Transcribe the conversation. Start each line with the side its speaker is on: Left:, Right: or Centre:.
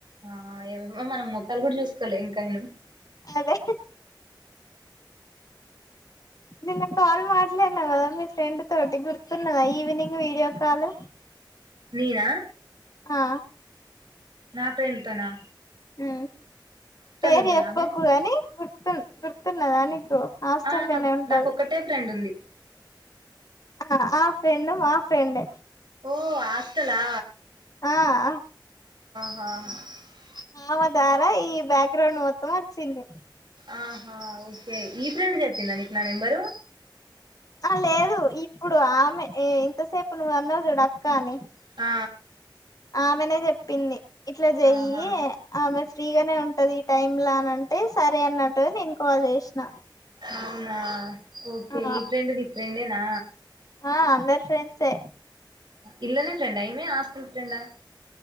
Right: ఆ ఎవరొ మనం ముఖాలు కూడా చూసుకోలే ఇంకాయను
Left: అదే నిన్న కాల్ మాట్లాడినా కదా మీ ఫ్రెండ్ తోటి గుర్తున్నదా ఈవినింగ్ వీడియో కాల్
Right: నినా
Left: ఆ
Right: నా ఫ్రెండ్ తనా
Left: ఉ పేరు
Right: ఉంటదా
Left: చెప్పాకు
Right: ఆమె
Left: గాని గుర్తు తున్ గుర్తున్నాద నీకు హాస్టల్లోనే
Right: ఆ నాకు
Left: ఉంటది
Right: నాకొక్కటే ఫ్రెండ్ ఉంది
Left: ఆ ఆ ఫ్రెండ్ మా ఫ్రెండ్
Right: ఓ ఆత్తాలా
Left: ఆ ఆ
Right: ఆ
Left: ఆ ద్వారా ఈ బ్యాక్ గ్రౌండ్ మొత్తం వచ్చింది
Right: ఆహా ఓకే ఈ ఫ్రెండ్ చెప్పింద నీకు నా నెంబరు
Left: ఆ లేదు ఇప్పుడు ఆమె ఇంతసేపు నువ్వు అన్నవు చూడు అక్క అని
Right: ఆ
Left: ఆమెనే చెప్పింది ఇట్లా చెయ్యి
Right: ఆ ఆహా
Left: ఆమె ఫ్రీగానే ఉంటాది ఈ టైమ్ లో అని అంటే సరే అన్నట్టుగా నేను కాల్ చేసిన
Right: అవునా ఓకే
Left: ఆ
Right: ఈ ప్రెండ్ నీకు ఫ్రెండ్ ఎ నా
Left: ఆ అందరు ఫ్రెండ్సే ఏ
Right: ఇల్లనే ఫ్రెండ్ అయ్యిందా హస్టల్ ఫ్రెండా